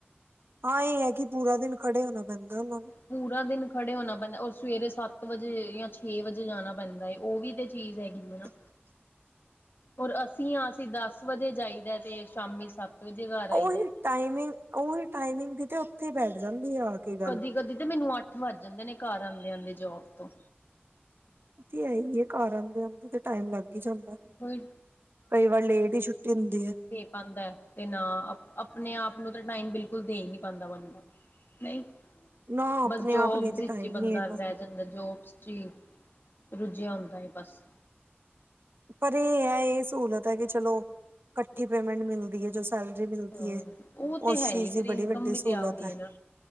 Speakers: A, on the right (about 65°); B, on the left (about 55°).
A: ਹਾਂ ਇਹ ਹੈ ਕਿ ਪੂਰਾ ਦਿਨ ਖੜੇ ਹੋਣਾ ਬੰਦਾ ਨੂੰ
B: ਪੂਰਾ ਦਿਨ ਖੜੇ ਹੋਣਾ ਪੈਂਦਾ ਔਰ ਸਵੇਰੇ ਸੱਤ ਵਜੇ ਜਾਂ ਛੇ ਵਜੇ ਜਾਣਾ ਪੈਂਦਾ ਏ ਉਹ ਵੀ ਤੇ ਚੀਜ਼ ਹੈਗੀ ਹੈ ਨਾ
A: <inaudible>
B: ਹੋਰ ਅਸੀਂ ਹ ਅਸੀਂ ਦਸ ਵਜੇ ਜਾਈਦਾ ਤੇ ਸ਼ਾਮੀ ਸੱਤ ਵਜੇ ਘਰ ਆਈਦਾ
A: ਉਹੀ ਟਾਈਮਿੰਗ, ਉਹੀ ਟਾਈਮਿੰਗ ਦੀ ਤੇ ਉੱਥੇ ਹੀ ਬੈਠ ਜਾਂਦੀ ਆ। ਕੇ ਗੱਲ
B: ਕਦੀ -ਕਦੀ ਤਾਂ ਮੈਨੂੰ ਅੱਠ ਵੱਜ ਜਾਂਦੇ ਨੇ ਘਰ ਆਉਂਦੇ- ਆਉਂਦੇ ਜੋਬ ਤੋਂ
A: ਹੈ ਹੀ ਆ ਘਰਉਂਦੇ ਤੇ <unintelligible> ਟਾਈਮ ਲੱਗ ਹੀ ਜਾਂਦਾ,
B: ਕੋਈ
A: ਕਈ ਵਾਰ ਲੇਟ ਹੀ ਛੁੱਟੀ ਹੁੰਦੀ ਹੈ।
B: ਪਾਉਦਾ ਤੇ ਨਾ ਆਪਣੇ ਆਪ ਨੂੰ ਤਾਂ ਟਾਈਮ ਬਿਲਕੁਲ ਦੇ ਹੀ ਨਹੀਂ ਪਾਉਂਦਾ ਬਨਦਾ ਨਹੀਂ,
A: ਨਾ ਆਪਣੇ
B: ਬਸ ਜੋਬਸ
A: ਆਪ ਲਈ ਤੇ
B: ਵਿੱਚ
A: ਟਾਈਮ
B: ਹੀ ਬੰਦਾ
A: ਨਹੀਂ ਹੈਗਾ
B: ਰਹਿ ਜੋਬਸ ਚ ਹੀ ਰੁਝਿਆ ਹੁੰਦਾ ਹੈ ਬਸ
A: ਪਰ ਇਹ ਹੈ, ਇਹ ਸਹੂਲਤ ਹੈ ਕਿ ਚਲੋ ਇਕੱਠੀ ਪੇਮੈਂਟ ਮਿਲਦੀ ਹੈ ਜੀ। ਸੈਲਰੀ ਮਿਲਦੀ
B: ਹਾਂ
A: ਹੈ,
B: ਉਹ ਤੇ
A: ਉਸ
B: ਹੈ
A: ਚੀਜ਼
B: ਹੀ
A: ਦੀ
B: ਫਿਰ ਇਨਕਮ
A: ਬੜੀ ਵੱਡੀ
B: ਵੀ
A: ਸਹੂਲਤ
B: ਤੇ ਆ ਰਹੀ
A: ਹੈ।
B: ਨਾ।